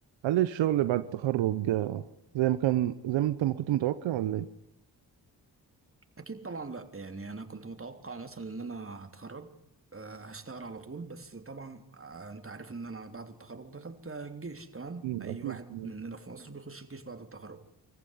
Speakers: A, on the right; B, on the right.
A: هل الشغل بعد التخرج آه، زي ما كان زي ما انت ما كنت متوقع ولا ايه؟
B: اكيد طبعا لا يعني انا كنت متوقع مثلا ان انا هتخرج آه، هشتغل على طول بس طبعا آه، انت عارف ان انا بعد التخرج دخلت آه، الجيش تمام
A: مم،
B: اي
A: أكيد
B: واحد
A: مم،
B: مننا في مصر بيخش الجيش بعد التخرج